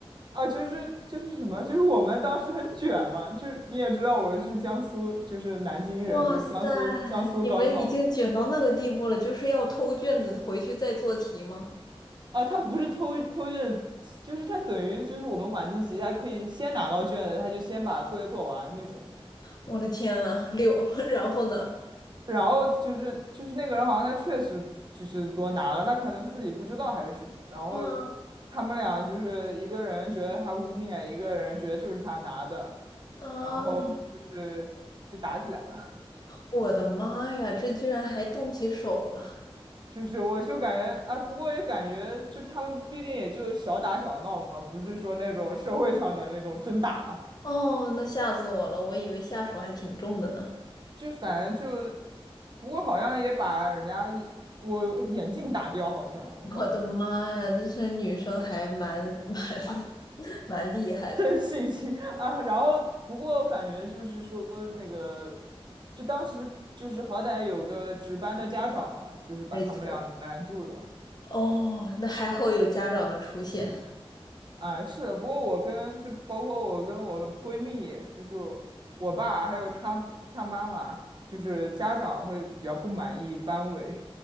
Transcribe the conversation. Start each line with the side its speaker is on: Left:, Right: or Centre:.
Right: 啊，就是就是什么，就是我们当时很卷嘛，就是你也知道我是江苏，就是南京人，
Left: <laughs> 哇塞，
Right: 就是江苏江苏高考嘛。
Left: 你们已经卷到那个地步了，就是要偷卷子回去再做题吗？
Right: 啊，他不是偷偷卷，就是他等于就是我们晚自习，他可以先拿到卷子，他就先把作业做完那种。
Left: 我的天呐，六，<laughs> 然后呢？
Right: 然后就是就是那个人好像他确实就是多拿了，他可能自己不知道还是什么。然后
Left: 嗯
Right: 他们俩就是一个人觉得他污蔑，一个人觉得就是他拿的，
Left: 啊，
Right: 然后就是就打起来了。
Left: 我的妈呀，这居然还动起手了！
Right: 就是我就感觉，啊，不过也感觉，就他们毕竟也就小打小闹嘛，不是说那种社会上的那种真打，
Left: 哦，那吓死我了，我以为下手还挺重的呢。
Right: 就反正就，不过好像也把人家一我眼镜打掉，好像我搞不懂，
Left: <laughs> 我的妈呀，这些女生还蛮蛮 <laughs> 蛮厉害的，
Right: 真性情 <laughs> 啊。然后不过我感觉就是说那个，就当时就是好歹有个值班的家长嘛，就是把他们俩拦住了。
Left: 没错。哦，那还好有家长的出现。
Right: 啊，是的，不过我跟就包括我跟我闺蜜，就是我爸还有他他妈妈，就是家长会比较不满意班委，